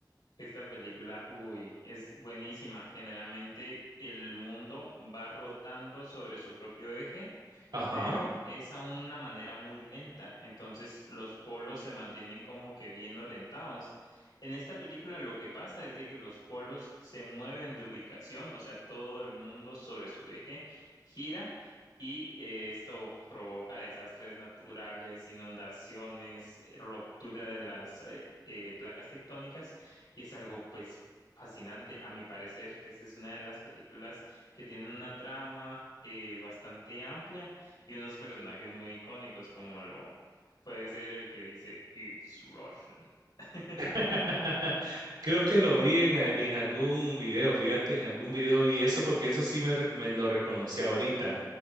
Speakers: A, on the left; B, on the right.
A: Esta película, uy, es buenísima. Generalmente el mundo va rotando sobre su propio eje
B: Ajá.
A: pero es a una manera muy lenta, entonces los polos se mantienen como que bien orientados. En esta película lo que pasa es de que los polos se mueven de ubicación, o sea, todo el mundo sobre su eje gira y eh, esto provoca desastres naturales, inundaciones, eh, ruptura de las eh, eh, placas tectónicas y es algo pues fascinante, a mi parecer, pues es una de las películas que tiene una trama eh, bastante amplia y unos personajes muy icónicos como lo puede ser el que dice It's Russian. <laughs>
B: <laughs> Creo que lo vi en, eh, en algún video, fíjate, en algún video vi eso porque eso sí me, re- me lo reconocí ahorita.